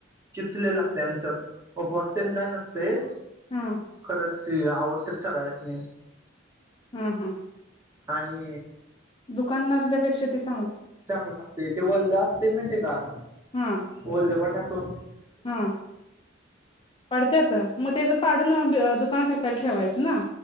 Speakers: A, on the right (about 15°); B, on the left (about 25°).
A: चिप्सलेला त्यांच ओप असतेय काय नसते
B: हा
A: खरच ती आवडतेच सगळ्यांसनी
B: हम्म हम्म
A: आणि
B: दुकान नसण्यापेक्षा तिथ
A: चांगला काम ते, ते वल्ल असतय माहते का
B: हा
A: वल्ल पणं तो
B: हा पडत्यात म त्याज पाडून न दु परत विकायला ठेवायचं ना?